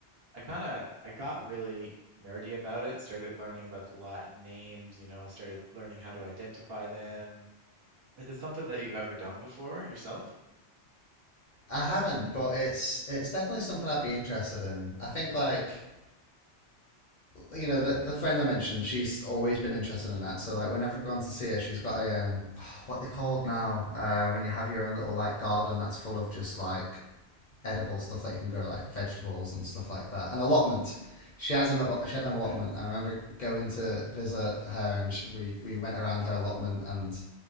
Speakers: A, on the right; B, on the left.
A: I kind of I got really nerdy about it, started learning about the Latin names, you know, started learning how to identify them. Is it something that you've ever done before yourself?
B: I haven't, but it's it's definitely something I'd be interested in. I think like you know, the, the friend I mentioned, she's always been interested in that. So like, whenever I've gone to see her, she's got a um, oh, what they called now uh, when you have your own little like garden that's full of just like edible stuff that you can grow, like vegetables and stuff like that. An allotment. She has an she had an
A: Okay,
B: allotment, and I remember going to visit her, and sh we we went around her allotment and